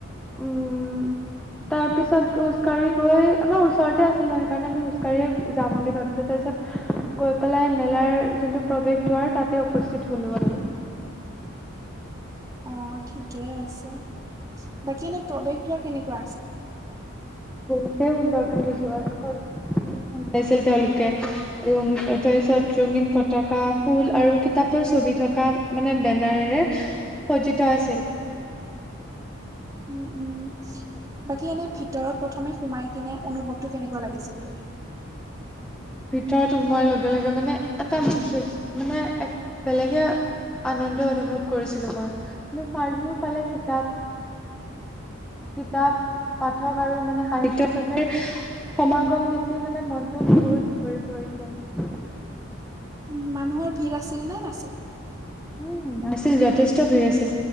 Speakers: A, in the centre; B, on the right.
A: উম, তাৰপিছত খোজকাঢ়ি গৈ আমাৰ ওচৰতে আছিল সেইকাৰণে আমি খোজকাঢ়িয়ে যাম বুলি ভাবিলো। তাৰপিছত গৈ পেলাই মেলাৰ যোনটো প্ৰৱেশ দ্বাৰ তাতে উপস্থিত হলো আৰু।
B: অ', ঠিকেই আছে বাকী এনে প্ৰৱেশ দ্বাৰ কেনেকুৱা আছে?
A: বহুতেই সুন্দৰকে গৈছো আৰু শেষত গম পাইছিল তেওঁলোকে তাৰপিছত ৰঙীন পতাকা ফুল আৰু কিতাপৰ ছবি থকা মানে বেনাৰেৰে সজ্জিত আছিল
B: উম, উম, বাকী এনে ভিতৰত প্ৰথমে সোমাই কিনে অনুভৱটো কেনেকুৱা লাগিছিল তোৰ?
A: ভিতৰত সোমোৱাৰ লগে লগে মানে এটা বেশেষ মানে এক বেলেগে আনন্দ অনুভৱ কৰিছিলোঁ মই মানে চাৰিও ফালে কিতাপ
B: <inaudible>
A: কিতাপ পাঠক আৰু মানে সাহিত্য ক্ৰমে সমাগম দেখি মানে মনটো বহুত ভৰি পৰিছিল
B: উম, মানুহৰ ভিৰ আছিল নে নাছিল?
A: উম, আছিল যথেষ্ট ভিৰ আছিল